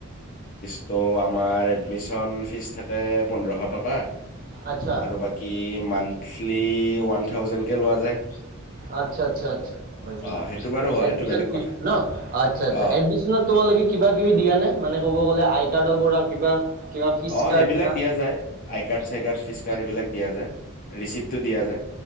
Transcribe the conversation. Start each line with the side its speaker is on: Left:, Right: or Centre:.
Left: ত' আমাৰ এডমিচন ফিচ থাকে পোন্ধৰশ টকা
Right: আচ্ছা
Left: আৰু বাক কি মান্থলি ওৱান থাউজেণ্ডকে লোৱা যায়।
Right: আচ্ছা আচ্ছা আচ্ছা গম পাইছোঁ,
Left: অ', সেইটো বাৰু হ'ল
Right: এডমিচন
Left: সেইটো বেলেগ
Right: ফিচটো
Left: কথা।
Right: ন' অ' আচ্ছা আচ্ছা,
Left: অ',
Right: এডমি <unintelligible> তোমালোকে কিবা কিবি দিয়া নে মানে ক'ব গ'লে আই কাৰ্ডৰ পৰা কিবা। কিবা ফিজ
Left: অ'
Right: কাৰ্ড
Left: সেইবিলাক
Right: বা
Left: দিয়া যায়, আই কাৰ্ড চাই কাৰ্ড ফিচ কাৰ্ড সেইবিলাক দিয়া যায়, ৰিচিপটো দিয়া যায়।